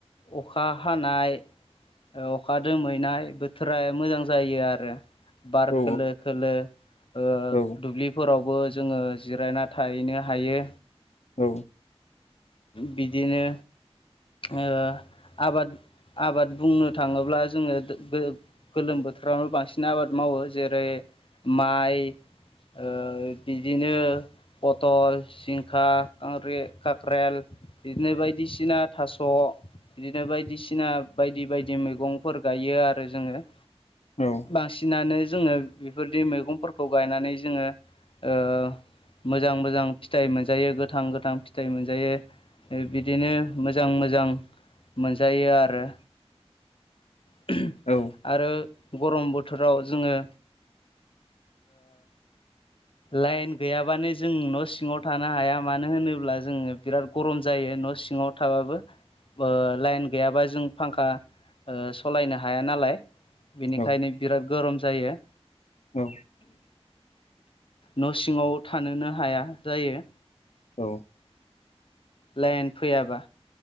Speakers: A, on the left; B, on the left.
A: अखा हानाय ओ अखा दोमहैनाय बोथोरा मोजां जायो आरो। बार
B: औ
A: खोलो खोलो ओ
B: औ
A: दुब्लि फोरावबो जोङो जिरायना थाहैनो हायो।
B: औ
A: बिदिनो ओ आबाद आबाद बुंनो थाङोब्ला जोङो गोलोम बोथोरावनो बांसिन आबाद मावो जेरै माइ ओ बिदिनो पथल जिंखा खांख्रि ख्रेल बिदिनो बायदिसिना थास' बिदिनो बायदिसिना बायदि बायदि मैगंफोर गायो आरो जोङो
B: औ
A: बांसिनानो जोङो बेफोरदि मैगंफोरखौ गायनानै जोङो ओ मोजां मोजां फिथाइ मोनजायो गोथां गोथां फिथाइ मोनजायो ओ बिदिनो मोजां मोजां मोनजायो आरो। <unintelligible>
B: औ
A: आरो गरम बोथोराव जोङो लाइन गैयाबानो जों न' सिङाव थानो हाया मानो होनोब्ला जोङो बिराद गरम जायो न' सिङाव थाबाबो ओ लाइन गैयाबा जों फांखा सालायनो हाया नालाय बेनिखायनो
B: औ
A: बिराद गरम जायो
B: औ
A: न' सिङाव थानोनो हाया जायो
B: औ
A: लाइन फैयाबा